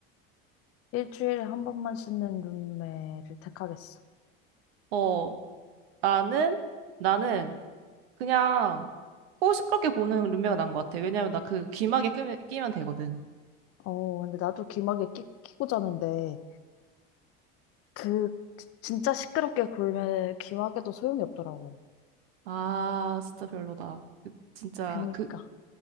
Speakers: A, on the left; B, on the right.
A: 일주일에 한 번만 씻는 룸메를 택하겠어.
B: 어, 나는, 나는 그냥 코 시끄럽게 고는 룸메가 난 것 같아. 왜냐면 나 그 귀마개 끼면 끼면 되거든.
A: 어, 근데 나도 귀마개 끼, 끼고 자는데, 그, 진짜 시끄럽게 굴면 귀마개도 소용이 없더라고.
B: 아, 진짜 별로다. 그- 진짜
A: 그니까.
B: 그